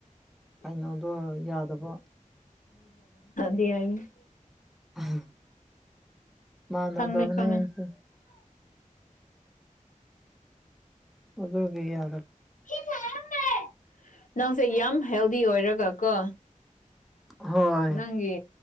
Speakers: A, in the centre; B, on the left (about 70°).
A: ꯀꯩꯅꯣꯗꯣ ꯌꯥꯗꯕ
B: ꯁꯤ ꯌꯥ <unintelligible>
A: ꯑꯍꯥ ꯃꯅꯗꯕꯅꯦ
B: ꯈꯪꯉꯦ ꯈꯪꯉꯦ
A: ꯑꯩꯁꯦ ꯑꯗꯨꯒꯤ ꯌꯥꯗ
B: <unintelligible> ꯅꯪꯁꯦ ꯌꯥꯝ ꯍꯦꯜꯗꯤ ꯑꯣꯏꯔꯒ ꯀꯣ
A: ꯍꯣꯏ
B: ꯅꯪꯒꯤ